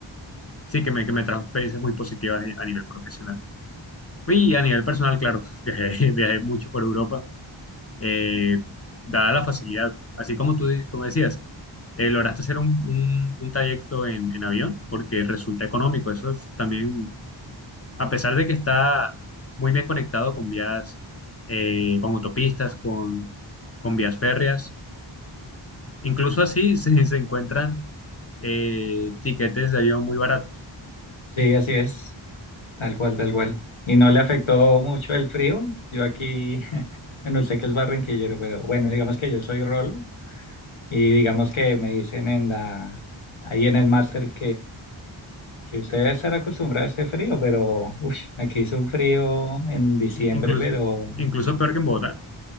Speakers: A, on the left; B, on the left.
A: sí, que me, que me trajo experiencias muy positivas eh, a nivel profesional. Y a nivel personal, claro, <laughs> viajé, viajé mucho por Europa, eh, dada la facilidad, así como tú di- como decías, eh, lograste hacer un, un- un trayecto en, en avión porque resulta económico. Eso es también, a pesar de que está muy bien conectado con vías, eh, con autopistas, con, con vías férreas, incluso así <laughs> se, se encuentran eh, tiquetes de avión muy baratos.
B: Sí, así es, tal cual, tal cual. ¿Y no le afectó mucho el frío? Yo aquí, <laughs> bueno, usted que es barranquillero, pero bueno, digamos que yo soy rolo y digamos que me dicen en la, ahí en el máster Que usted debe estar acostumbrado a este frío, pero uff, aquí hizo un frío en diciembre,
A: I- Incluso,
B: pero
A: incluso peor que en Bogotá.